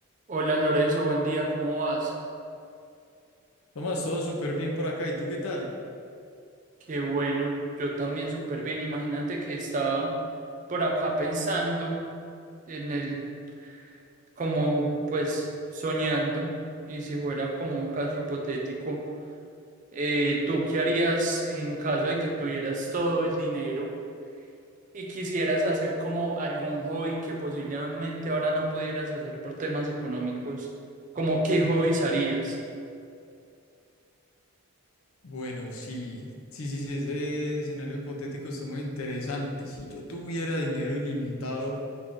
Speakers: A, on the right; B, on the left.
A: Hola Lorenzo, buen día, ¿cómo vas?
B: Tomás, todo súper bien por acá. ¿Y tú qué tal?
A: Qué bueno, yo también súper bien. Imagínate que estaba por acá pensando en el, como pues soñando, y si fuera como un caso hipotético, eh, ¿tú qué harías en caso de que tuvieras todo el dinero y quisieras hacer como algún hobby que posiblemente ahora no pudieras hacer por temas económicos? ¿Como qué hobbies harías?
B: Bueno, sí, sí, sí, sí, ese escenario hipotético está muy interesante. Si yo tuviera dinero ilimitado,